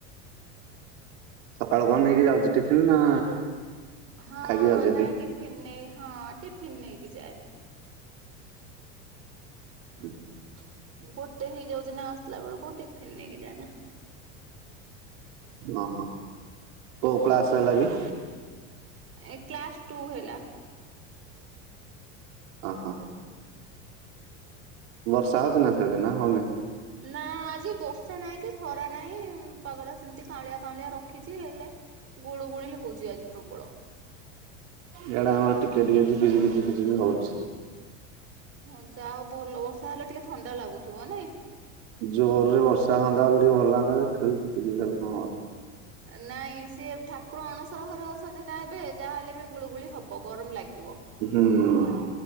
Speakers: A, on the right; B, on the right.
A: ସକାଳୁ କଣ ନେଇକି ଯାଉଛି ଟିଫିନ ନା
B: ହଁ
A: ଖାଇକି ଯାଉଛି ହେରି
B: ନାଇଁ ଟିଫିିନ ନେଇ ହଁ ଟିଫିିନ ନେଇକି ଯାଏ।
A: <unintelligible>
B: ଗୋଟେ ହେଇଯାଉଛି ନା ଆସିଲା ବେଳକୁ ଟିଫିନ ନେଇକି ଯାଏନା।
A: ଓ ହଁ କଉ କ୍ଳାସ ହେଲାକି?
B: ଏ କ୍ଲାସ ଟୁ ହେଲା।
A: ଓ ହୋ। ବର୍ଷା ହଉଛି ନା ସେଆଡେ ନା ହଉନି?
B: ନା ଆଜି ବର୍ଷା ନାହିଁ କି ଖରା ନାହିଁ ପାଗ ଟା ସେମିତି କାଉଁଳିଆ କାଉଁଳିଆ ରଖିଛି ହେଲେ ଗୋଳୁ ଗୋଳି ହଉଛି ଆଜି ପ୍ରବଳ।
A: ଏଇଡାମର ଟିକେ ଟିକେ ଝି ଝି ଝିପିଝି ହଉଛି।
B: ହା ଆଉ ଭଲ ବର୍ଷା ହେଲେ ଟିକେ ଥଣ୍ଡା ଲାଗୁଥିବ ନାଇଁ?
A: ଜୋରରେ ବର୍ଷା ହନ୍ତା ବୋଲିଲେ ଟିକେ ଭଲ ଲନ୍ତା ଖେିବ ଖଲେ କଣ
B: ନାଇଁ ସିଏ ଠାକୁର ଅଣସର ଘରେ ଅଛନ୍ତି ନା ଏବେ? ଯାହାହଲେ ବି ଗୁଳୁଗୁଳି ହବ ଗରମ ଲାଗିବ।
A: ହୁଁ।